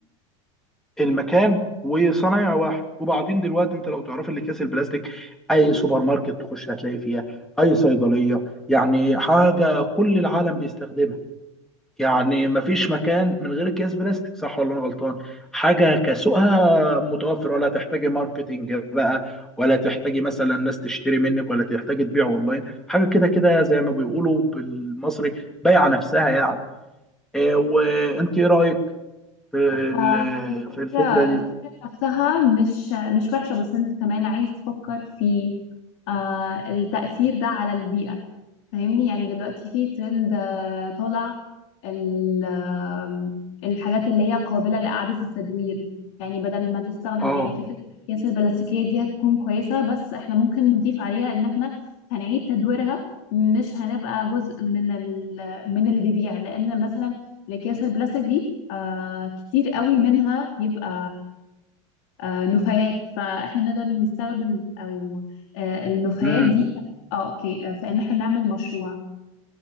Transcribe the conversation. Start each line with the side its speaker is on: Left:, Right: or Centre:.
Centre: والمكان وصنايع واحد وبعدين دلوقتي انت لو تعرف الاكياس البلاستيك اي سوبر ماركت تخش هتلاقي فيها اي صيدليه يعني حاجه كل العالم بيستخدمها يعني مفيش مكان من غير اكياس بلاستيك صح ولا انا غلطان حاجه كسوقها متوفر ولا تحتاجي ماركتينج بقى ولا تحتاجي مثلا ناس تشتري منك ولا تحتاجي تبيع اونلاين حاجه كده كده زي ما بيقولوا بالمصري بايعه نفسها يعني آه، وانت ايه رايك في ال-
Left: آه، الفكرة
Centre: في الفكره دي
Left: الفكرة نفسها مش مش وحشة بس انت كمان عايز تفكر في آه، التأثير ده على البيئة فاهمني يعني دلوقتي في ترند آه، طالع ال- آم، الحاجات اللي هي قابلة لإعادة التدوير يعني بدل ما تستخدم
Centre: اه
Left: يعني فكرة الأكياس البلاستيكية دي هتكون كويسة بس احنا ممكن نضيف عليها إن احنا هنعيد تدويرها مش هنبقى جزء من ال من اللي بيبيع لأن مثلا الأكياس البلاستيك دي آه كتير قوي منها بيبقى آه نفايات فاحنا نقدر نستخدم أو آه النفايات
Centre: امم
Left: دي اه اوكي آه، فإن احنا نعمل مشروع